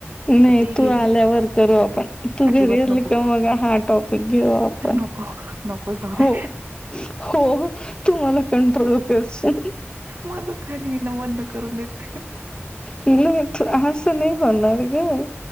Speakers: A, on the left; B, on the right.
A: नाही
B: तर ते
A: तू
B: हेवी
A: आल्यावर करू आपण तू
B: अजिबात
A: घरी आली
B: नको
A: का मग हा टॉपिक घेऊ आपण
B: नको नको जाऊ
A: हो
B: दे
A: हो तु मला कंट्रोल करशील.
B: माझं घरी येणं बंद करून देते.
A: नाही, तू असं नाही होणार ग